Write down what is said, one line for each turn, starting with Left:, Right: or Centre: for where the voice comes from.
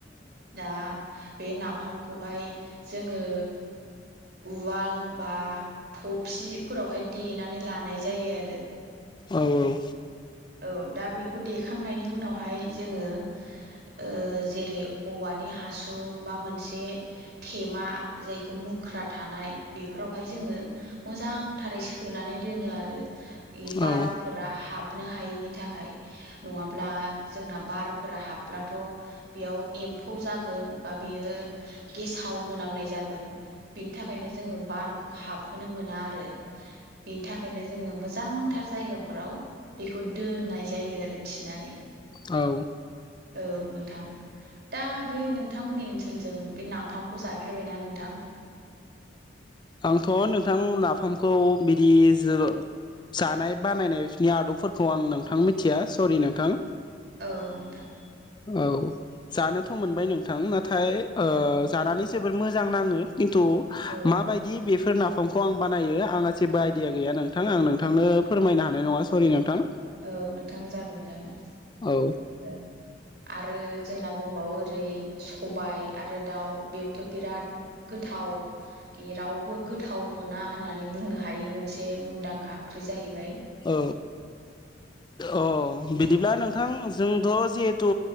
Right: दा बे नाफामखौहाय जोङो उवाल बा थफिफोरावहाय देनानै लानाय जायो आरो
Left: औ - औ
Right: औ दा बेखौ देखांनायनि उनावहाय जोङो ओ जेरै औवानि हासुं बा मोनसे थेमा जायखौ मुग- ख्रा थानाय बेफोरावहाय जोङो मोजांथारै सोनानै दोनो आरो इ बारफोरा
Left: औ औ
Right: हाब- नो हायिनि थाखाय नङाब्ला जोंना बारफोरा हाब्लाथ' बेयाव एम- -फौ जागोन बा बेयो गेसाव मोनामनाय जागोन बिनि थाखायनो जोङो बार हाबहोनो मोना आरो बेनि थाखायनो जोङो मोजांथार जायगाफोराव बेखौ दोननाय जायो आरो थिनानै
Left: औ
Right: औ नोंथां दा बे नोंथांमोननि ओनसोलजों बे नाफामखौ जाफेरबायना नोंथां
Left: आंथ' नोंथां नाफामखौ बिदि जो जानाय बानायनायनि आदबफोरखौ आं नोंथां मिथिया सरि नोंथां
Right: औ नोंथां
Left: औ जानोथ' मोनबाय नोंथां नाथाय ओ
Right: औ
Left: जानानै जेबो बोर मोजां नाङो किन्तु
Right: औ
Left: माबायदि बेफोर ना फामखौ आं बानायो आंहा जेबो आइडिया गैया नोंथां आं नोंथांनो फोरमायनो हानाय नङा सरि नोंथां
Right: औ नोंथां जागोन जागोन
Left: औ
Right: औ आरो जोंना दं बावो ओरै सबाय आरो दाउ बेबोथ' बिराद गोथाव रावबो गोथाव मोना होननानै बुंनो हायि मोनसे मुंदांखा ओंख्रि ओंख्रि जाहैबाय
Left: औ औ बिदिब्ला नोंथां जोंथ' जिहेथु